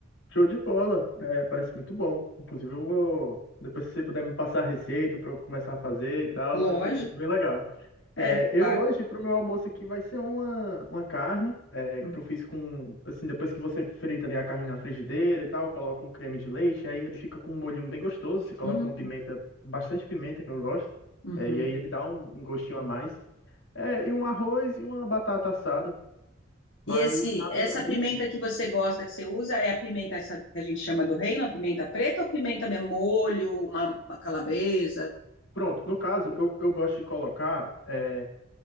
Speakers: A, on the left; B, on the left.
A: Show de bola, é, parece muito bom. Inclusive, eu vou, depois se você puder me passar a receita para eu começar a fazer e tal,
B: Lógico.
A: vai ser bem legal. É,
B: É, claro.
A: eu hoje, para o meu almoço aqui, vai ser uma, uma carne é,
B: Hum,
A: que eu fiz com, assim, depois que você frita ali a carne na frigideira e tal, coloca um creme de leite, aí ele fica com um molhinho bem gostoso, você coloca
B: hum,
A: uma pimenta, bastante pimenta que eu gosto,
B: uhum.
A: é, e aí ele dá um, um gostinho a mais. É, e um arroz e uma batata assada, mas
B: E esse,
A: nada
B: essa
A: é bem...
B: pimenta que você gosta, que você usa, é a pimenta essa que a gente chama do reino, a pimenta preta ou pimenta mesmo, molho, uma, uma calabresa?
A: Pronto, no caso, eu, eu gosto de colocar é,